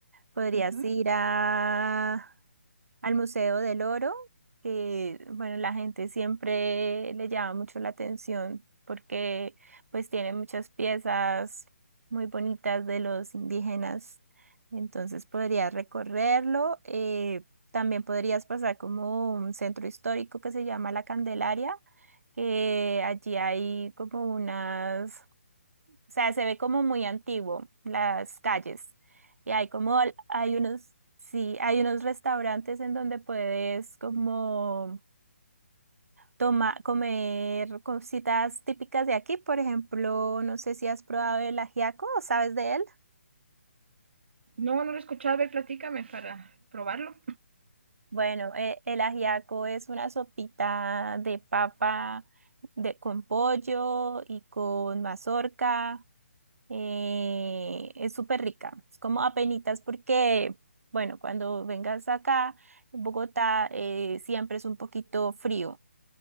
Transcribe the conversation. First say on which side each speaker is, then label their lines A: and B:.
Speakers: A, on the right; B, on the right.
A: Podrías
B: Ujú.
A: ir a al Museo del Oro, que bueno, la gente siempre le llama mucho la atención porque pues tiene muchas piezas muy bonitas de los indígenas. Entonces podrías recorrerlo. eh, también podrías pasar como un centro histórico que se llama La Candelaria, que allí hay como unas o sea, se ve como muy antiguo las calles. Y hay como, al- hay unos, sí, hay unos restaurantes en donde puedes como toma, comer cositas típicas de aquí. Por ejemplo, no sé si has probado el ajiaco o sabes de él.
B: No, no lo he escuchado, a ver, platícame para probarlo.
A: Bueno, eh, el ajiaco es una sopita de papa de, con pollo y con mazorca. Eh, es súper rica. Es como apenitas porque, bueno, cuando vengas acá, en Bogotá, eh, siempre es un poquito frío.